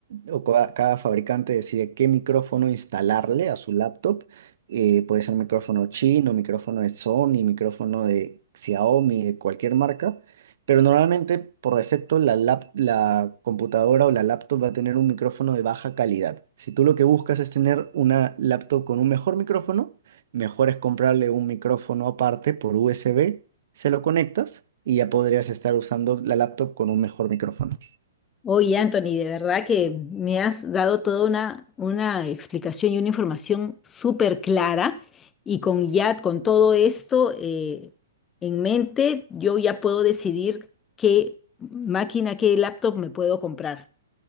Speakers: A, on the right; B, on the left.
A: o cua- cada fabricante decide qué micrófono instalarle a su laptop. Eh, puede ser micrófono chino, micrófono de Sony, micrófono de Xiaomi, de cualquier marca. Pero normalmente, por defecto, la, lap- la computadora o la laptop va a tener un micrófono de baja calidad. Si tú lo que buscas es tener una laptop con un mejor micrófono, mejor es comprarle un micrófono aparte por USB, se lo conectas y ya podrías estar usando la laptop con un mejor micrófono.
B: Oye, Anthony, de verdad que me has dado toda una, una explicación y una información súper clara y con ya con todo esto eh, en mente, yo ya puedo decidir qué máquina, qué laptop me puedo comprar.